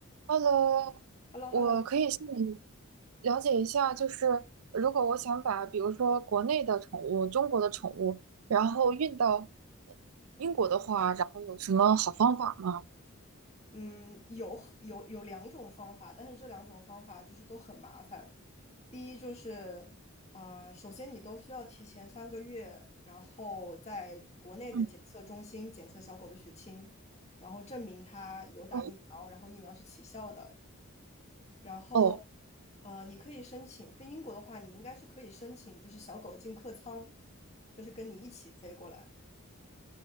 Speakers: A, on the right; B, on the left.
A: Hello，
B: h e l l o
A: 我可以向你
B: h e l l o
A: 了解一下，就是如果我想把，比如说国内的宠物、中国的宠物，然后运到英国的话，然后有什么好方法吗？
B: 嗯，有很有有两种方法，但是这两种方法就是都很麻烦。第一就是，呃，首先你都需要提前三个月，然后在国内的检测中心检测小狗的血清，
A: 嗯，
B: 然后证明它有打疫苗，
A: 哦，
B: 然后疫苗是起效的。然后，
A: 哦
B: 呃，你可以申请，飞英国的话，你应该是可以申请，就是小狗进客舱，就是跟你一起飞过来。